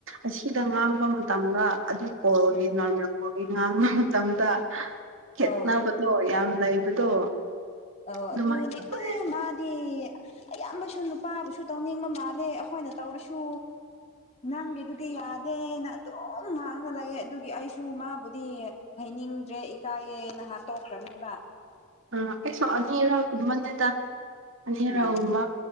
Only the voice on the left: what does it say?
ꯎꯝ
ꯑꯧ
ꯑꯧ
ꯑꯗꯨꯅꯤ
ꯑ ꯃꯥꯗꯤ ꯑꯌꯥꯝꯕꯁꯨ ꯅꯨꯄꯥꯕꯨꯁꯨ ꯇꯧꯅꯤꯡꯕ ꯃꯥꯜꯂꯦ ꯑꯩꯈꯣꯏꯅ ꯇꯧꯔꯁꯨ ꯅꯪꯒꯦꯗꯨꯗꯤ ꯌꯥꯗꯦꯅ ꯑꯗꯨꯝ ꯉꯥꯡꯉ ꯂꯩꯑꯦ ꯑꯗꯨꯒꯤ ꯑꯩꯁꯨ ꯃꯥꯕꯨꯗꯤ ꯍꯩꯅꯤꯡꯗ꯭ꯔꯦ ꯏꯀꯥꯏꯌꯦ ꯍꯦꯟꯅ ꯍꯥꯠꯇꯣꯛꯈ꯭ꯔꯕꯅꯤꯕ
ꯎꯝ